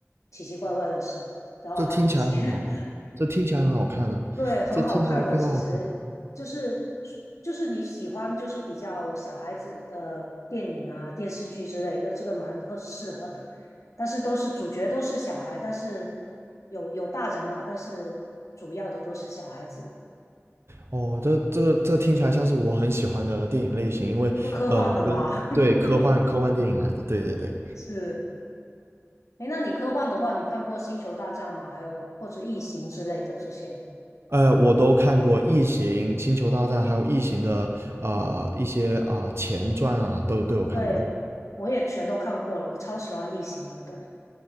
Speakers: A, on the left; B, on the right.
A: 奇奇怪怪的事啊，然后还有一些。
B: 这听起来很好，这听起来很好看呢、
A: 对，很好看的，
B: 这听起来非常好看。
A: 其实就是就是你喜欢就是比较小孩子的电影啊、电视剧之类的，这个蛮特适合的。但是都是主角都是小孩，但是有有大人啦，但是主要的都是小孩子。
B: 哦，这这个这听起来像是我很喜欢的电影类型，因为呃，
A: 就科幻的嘛，
B: 跟对科幻科幻电影来的，
A: <laughs>
B: 对对对，
A: 是。哎，那你科幻的话，你看过《星球大战》吗？还有或者《异形》之类的这些？
B: 呃，我都看过《异形》《星球大战》，还有《异形》的呃一些啊、呃前传啊，都都有看过。
A: 对，我也全都看过了，我超喜欢《异形》的。对，